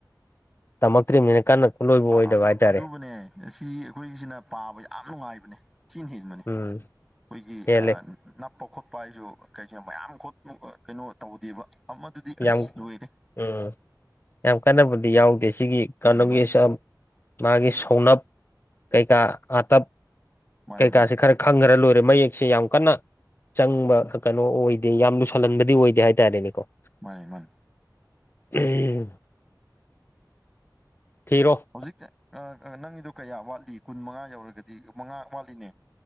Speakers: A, on the left (about 30°); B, in the centre.
A: ꯇꯝꯃꯛꯇ꯭ꯔꯤ ꯃꯤꯅꯦꯅ ꯀꯟꯅ ꯈꯨꯠꯂꯣꯏꯕ
B: ꯑꯥ
A: ꯑꯣꯏꯗꯕ
B: ꯑꯗꯨ
A: ꯍꯥꯏꯇꯥꯔꯦ
B: ꯑꯗꯨꯕꯨꯅꯦ ꯁꯤ ꯑꯩꯈꯣꯏꯒꯤꯁꯤꯅ ꯄꯥꯕ ꯌꯥꯝ ꯅꯨꯡꯉꯥꯏꯕꯅꯦ ꯊꯤꯅ ꯍꯦꯟꯕꯅꯤ
A: ꯎꯝ
B: ꯑꯩꯈꯣꯏꯒꯤ
A: ꯄꯦꯜꯂꯦ
B: ꯅꯞꯄ ꯈꯣꯠꯄ ꯍꯥꯏꯁꯨ ꯀꯩꯁꯤꯡꯅ ꯃꯌꯥꯝ ꯈꯣꯠ ꯀꯩꯅꯣ ꯇꯧꯗꯦꯕ ꯑꯃꯗꯨꯗꯤ ꯑꯁ
A: ꯌꯥꯝ
B: ꯂꯣꯏꯔꯦ
A: ꯎꯝ ꯌꯥꯝ ꯀꯥꯟꯅꯕꯨꯗꯤ ꯌꯥꯎꯗꯦ ꯁꯤꯒꯤ
B: ꯃꯥꯅꯦ
A: ꯀꯩꯅꯣꯒꯤꯁꯨ
B: ꯃꯥꯅꯦ
A: ꯃꯥꯒꯤ ꯁꯧꯅꯞ ꯀꯩꯀꯥ ꯑꯥꯇꯞ
B: ꯃꯥꯅꯦ
A: ꯀꯩꯀꯥꯁꯦ
B: ꯃꯥꯅꯦ
A: ꯈꯔ ꯈꯪꯈ꯭ꯔ ꯂꯣꯏꯔꯦ ꯃꯌꯦꯛꯁꯦ ꯌꯥꯝ ꯀꯟꯅ ꯆꯪꯕ ꯀꯩꯅꯣ ꯑꯣꯏꯗꯦ ꯌꯥꯝ ꯂꯨꯁꯜꯍꯟꯕꯗꯤ ꯑꯣꯏꯗꯦ ꯍꯥꯏꯇꯥꯔꯦꯅꯦꯀꯣ
B: ꯃꯥꯅꯤ ꯃꯥꯅꯤ
A: ꯎꯝ ꯊꯤꯔꯣ
B: ꯍꯧꯖꯤꯛ ꯅꯪꯒꯤꯗꯣ ꯀꯌꯥ ꯋꯥꯠꯂꯤ ꯀꯨꯟ ꯃꯉꯥ ꯌꯧꯔꯒꯗꯤ ꯃꯉꯥ ꯋꯥꯠꯂꯤꯅꯦ